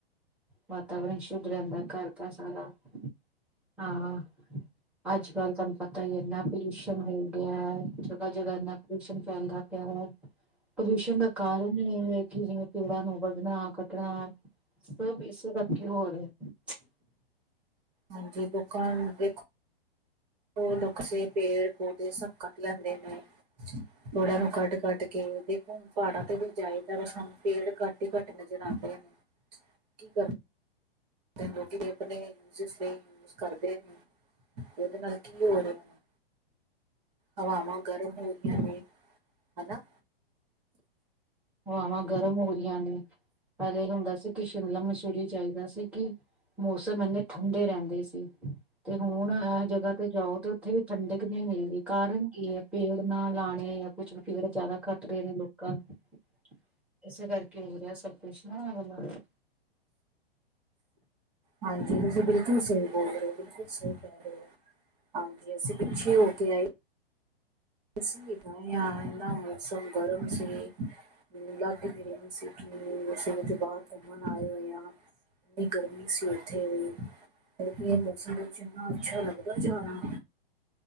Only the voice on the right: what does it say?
ਹਾਂਜੀ, ਕੋ ਕੱਲ ਦੇਖੋ ਉਹ ਨੁਕਸੇ ਪੇੜ, ਪੌਦੇੇ, ਸਭ ਕੱਟ ਲੈਂਦੇ ਨੇ, ੜਾਂ ਨੂੰ, ਕੱਟ -ਕੱਟ ਕੇ ਉਹ ਪਹਾੜਾਂ ਤੇ ਵੀ ਜਾਈਦਾ ਵ ਸਾਨੂੰ ਪੇੜ ਕੱਟ, ਹੀੱ ਨਜ਼ਰ, ਆਉਂਦੇ ਨੇ ਕੀ ਕਰਦੇ ਲੋਕੀ, ਆਪਣੇ ਵਾਸਤੇ ਯੂਜ ਕਰਦੇ ਨੇ, ਇਹਦੇ ਨਾਲ ਕੀ ਹੋ ਰਿਹਾ ਵਾ? ਹਵਾਵਾ ਗਰਮ ਹੋ ਰਿਆ ਨੇ। ਹਨਾ?
ਹਾਂਜੀ, ਤੁਸੀਂ ਬਿਲਕੁਲ ਸਹੀ ਬੋਲ ਰਹੇ ਹੋ, ਬਿਲਕੁਲ ਸਹੀ ਕਹਿ ਰਹੇ ਹੋ। ਹਾਂਜੀ, ਅਸੀਂ ਪਿੱਛੇ ਹੋ ਕੇ ਆਏ। ਅਸੀਂ ਵੀ ਗਏ ਆ, ਇਨਾ ਮੌਸਮ ਗਰਮ ਸੀ। ਲੱਗ ਈ ਨਈ ਰਿਆ ਸੀ ਕਿ ਅਸੀ ਉਥੇ ਬਾਹਰ ਘੁੰਮਣ ਆਏ ਹੋਏ ਆ। ਇੰਨੀ ਗਰਮੀ ਸੀ ਉੱਥੇ ਵੀ। ਕਿਉਂਕਿ ਏਹ ਮੌਸਮ ਵਿੱਚ, ਇੰਨਾ ਅੱਛਾ ਲੱਗਦਾ ਜਾਣਾ।